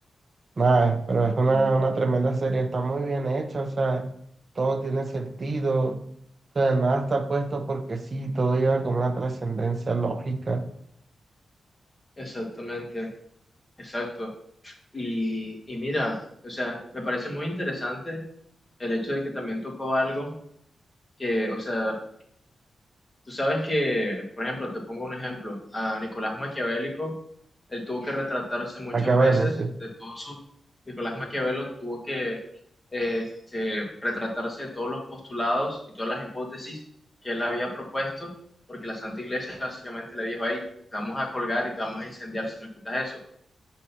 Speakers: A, on the right (about 40°); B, on the left (about 15°).
A: Nada, pero es una,
B: Y
A: una tremenda serie, está muy bien hecha, o sea, todo tiene sentido, o sea, nada está puesto porque sí, todo lleva como una trascendencia lógica.
B: exactamente, exacto. Y, y mira, o sea, me parece muy interesante el hecho de que también tocó algo que, o sea, Tú sabes que, por ejemplo, te pongo un ejemplo, a Nicolás Maquiavélico, él tuvo que retratarse muchas
A: Acá
B: veces
A: de sí,
B: de todos sus. Nicolás Maquiavelo tuvo que este, retratarse de todos los postulados y todas las hipótesis que él había propuesto, porque la Santa Iglesia básicamente le dijo, ahí te vamos a colgar y te vamos a incendiar si no quitas eso.